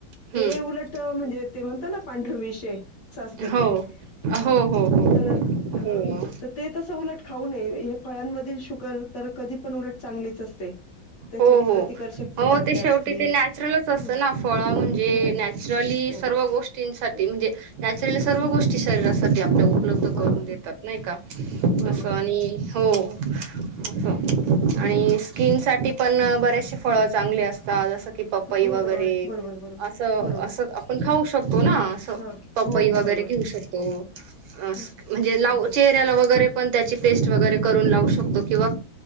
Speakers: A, on the right (about 80°); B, on the left (about 55°).
A: हम्म
B: ते उलट म्हणजे, ते म्हणतात ना पांढर विष ये अस असत
A: हो
B: ते हा.
A: हो, हो. हो
B: तर ह
A: हो
B: ते तसं उलट खाऊ नये, फळां म तर कधी पण उलट चांगलीच असते. त्याच्याने
A: हो हो
B: प्रतिकारशक्ती
A: हो
B: वाढते
A: ते
B: आपली
A: शेवटी ते नॅचरलच असतं
B: ह
A: ना फळ म्हणजे,
B: हो
A: नॅचरली
B: हो
A: सर्व गोष्टींसाठी
B: हो
A: म्हणजे, नॅचरली सर्व गोष्टी शरीरासाठी आपल्या उपलब्ध
B: बरोबर
A: करून देतात, नाही का
B: बरोबर
A: असं आणि हो असं आणि स्किन साठी पण बरेचसे फळ चांगली असतात. जसं कि पपई
B: हो
A: वगैरे
B: बरोबर बरोबर बरोबर
A: असं,
B: बरोबर
A: असं आपण खाऊ शकतो,
B: हां
A: ना असं
B: हां
A: पपई
B: हो हो
A: वगैरे
B: बरोबर
A: घेऊ शकतो, असं
B: हो
A: म्हणजे
B: हो
A: लाऊ
B: हो
A: चेहऱ्याला
B: हो
A: वैगरे, पण त्याची पेस्ट वगैरे करून लावू शकतो. किंवा